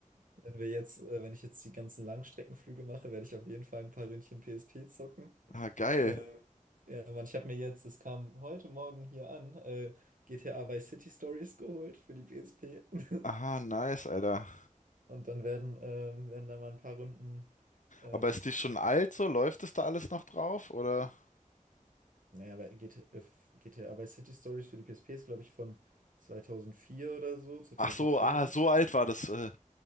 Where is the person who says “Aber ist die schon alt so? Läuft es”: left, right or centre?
Left